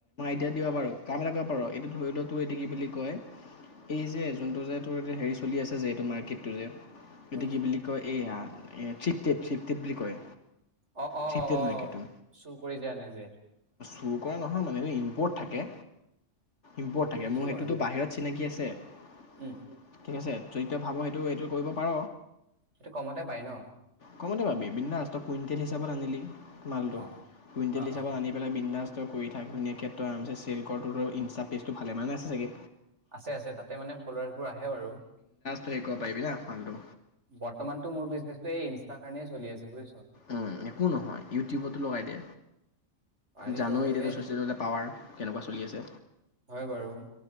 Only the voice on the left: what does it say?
ডিয়া দিব পাৰোঁ। কাম এটা কৰিব পাৰোঁ। এইটো ধৰি ল তোৰ, এইটো কি বুলি কয়! এই যে, যোনটো যে, তোৰ হেৰি চলি আছে যে, এইটো মাৰ্কেটটো যে এইটো
কি বুলি কয়, এইয়া এ শ্বিফটেড, শ্বিফটেড বুলি কয়।
চেপ্টেড
মাৰ্কেটটো
চোৰ কৰা নহয় মানে দেই, ইম্পৰ্ট থাকে। ইম্পৰ্ট
থাকে। মোৰ সেইটোতো
বাহিৰত চিনাকি আছে <unintelligible>
ঠিক আছে যদি তই ভাব সেইটো এইটো কৰিব পাৰ।
কমতে পাবি বিন্দাছ তই কুইণ্টেল হিচাপত আনিলি মালটো
কুইণ্টেল
হিচাপত
আনি পেলাই বিন্ডাজ তই কৰি থাক ধুনীয়াকে তই আৰামছে চেল কৰ তোৰটো আৰু ইনষ্টা পেজটো ভালেমানে আছে চাগে!
খালি ক পাৰিবি নে কামটো?
উম একো নহয় ইউটিউবতো লগাই দে।
জানই
এতিয়া
ছচিয়েল মিডিয়াৰ পাৱাৰ কেনেকুৱা চলি আছে।